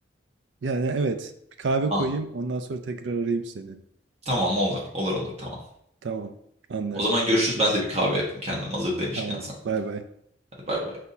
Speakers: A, on the right; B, on the right.
A: Yani evet. Bir kahve
B: Ha,
A: koyayım. Ondan sonra tekrar arayayım seni.
B: tamam olur olur olur tamam.
A: Tamam. Anlaştık.
B: O zaman görüşürüz
A: Görüşürüz.
B: ben de bir kahve yapayım kendim hazır demişken
A: Tamam.
B: sen.
A: Bay bay.
B: Hadi bay bay.